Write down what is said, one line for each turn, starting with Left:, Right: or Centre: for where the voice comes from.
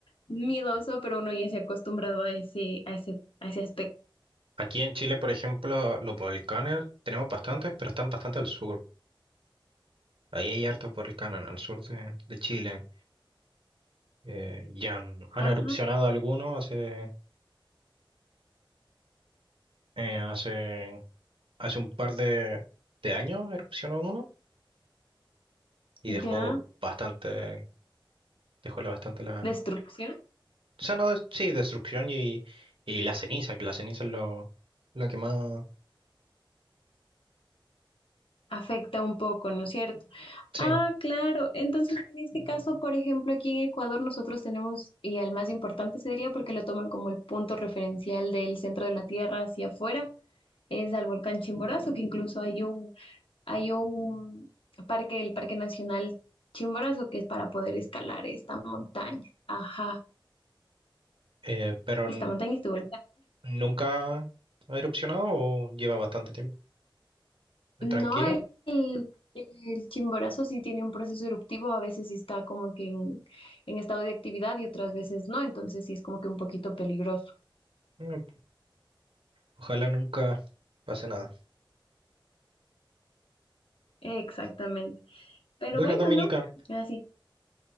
Left: miedoso, pero uno ya se ha acostumbrado a ese, a ese, a ese aspecto.
Right: Aquí en Chile, por ejemplo, los volcanes tenemos bastantes, pero están bastante al sur. Ahí hay hartos volcanes al sur de, de Chile. Eh, ya han, han
Left: Ah,
Right: erupcionado algunos hace, eh, hace, hace un par de, de años, erupcionó uno y dejó
Left: ya,
Right: bastante, dejó la- bastante la...
Left: destrucción.
Right: O sea, no, des- sí, destrucción y, y la ceniza, que la ceniza es lo, lo que más...
Left: Afecta un poco, ¿no es cierto?
Right: Sí,
Left: Ah, claro. Entonces, en este caso, por ejemplo, aquí en Ecuador nosotros tenemos, y al más importante se diría porque lo toman como el punto referencial del centro de la Tierra hacia afuera, es al volcán Chimborazo, que incluso hay un, hay un parque, el Parque Nacional Chimborazo, que es para poder escalar esta montaña. Ajá,
Right: eh, pero
Left: esta
Right: n-
Left: montaña estuvo
Right: nunca ha erupcionado o lleva bastante tiempo.
Left: No,
Right: Tranquilo.
Left: el, el- el chimborazo sí tiene un proceso eruptivo, a veces sí está como que en, en estado de actividad y otras veces no, entonces sí es como que un poquito peligroso.
Right: eh, Ojalá nunca pase nada.
Left: Exactamente. Pero
Right: Bueno,
Left: bueno,
Right: Dominica,
Left: ¿no? Así,